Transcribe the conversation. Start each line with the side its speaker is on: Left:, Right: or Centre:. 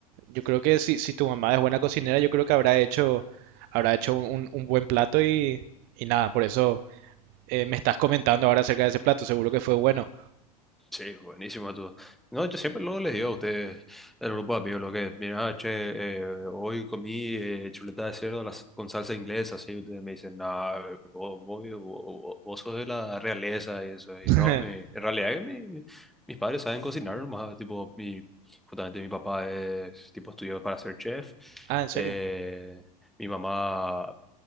Right: yo creo que si, si tu mamá es buena cocinera, yo creo que habrá hecho, habrá hecho un, un- un buen plato y, y nada, por eso eh, me estás comentando ahora acerca de ese plato, seguro que fue bueno.
Centre: Sí, buenísimo todo. No, yo siempre luego les digo a ustedes, el grupo de amigos, lo que, mira, che, eh, hoy comí eh, chuleta de cerdo a la s- con salsa inglesa, así ustedes me dicen, no, vos, vos, vos- vos sos de la realeza y eso, y
Right: <laughs>
Centre: no, mi- en realidad que mi- mis padres saben cocinar nomás, tipo, mi, justamente mi papá es, tipo, estudió para ser chef,
Right: Ah, ¿en serio?
Centre: eh, mi mamá